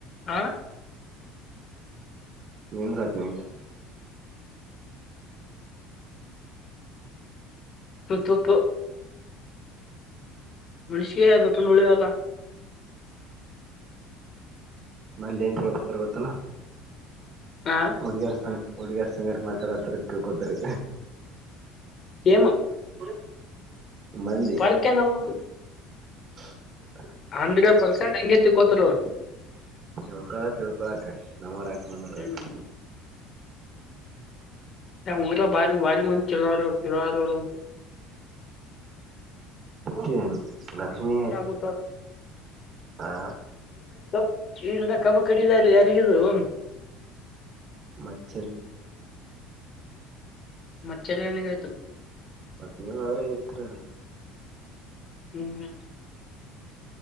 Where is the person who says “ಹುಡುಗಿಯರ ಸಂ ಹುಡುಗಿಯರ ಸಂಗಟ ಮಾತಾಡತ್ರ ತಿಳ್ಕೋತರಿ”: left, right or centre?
Right